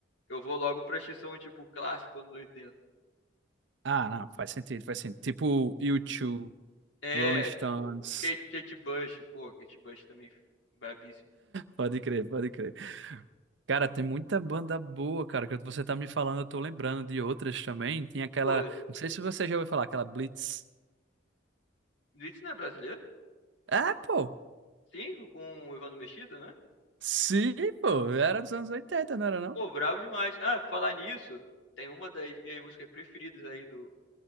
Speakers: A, on the left (about 75°); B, on the right (about 65°).
A: Eu vou logo pra X-Som, tipo, clássico anos 80.
B: Ah, não, faz sentido, faz sentido. Tipo U2,
A: É,
B: Rolling Stones.
A: tipo, Kate, Kate Bush. Pô, Kate Bush também, brabíssimo.
B: Pode crer, pode crer. Cara, tem muita banda boa, cara, que você tá me falando, eu tô lembrando de outras também. Tem aquela,
A: Pô,
B: não sei se você já ouviu falar, aquela Blitz.
A: Blitz não é brasileiro?
B: É, pô.
A: Sim, com o Evandro Mesquita, né?
B: Sim, pô. Era dos anos 80, não era não?
A: Pô, brabo demais. Ah, pra falar nisso, tem uma das minhas músicas preferidas aí do,